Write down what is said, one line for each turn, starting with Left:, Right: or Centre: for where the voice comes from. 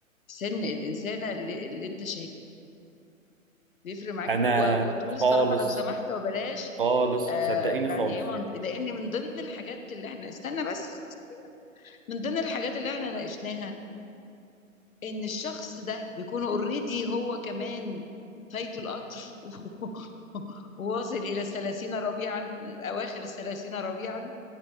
Left: سن الانسانه اللي, اللي انت شايف بيفرق معاك
Right: انا
Left: و- وتقول
Right: خالص
Left: الصراحه لو سمحت وبلاش
Right: خالص
Left: آه
Right: صدقيني خالص
Left: يعني ايه من... لان من ضمن الحاجات اللي احنا استنى بس من ضمن الحاجات اللي احنا ناقشناها ان الشخص ده بيكون اوريدي هو كمان فايته القطر <laughs> وواصل الى الثلاثين ربيعا اواخر الثلاثين ربيعا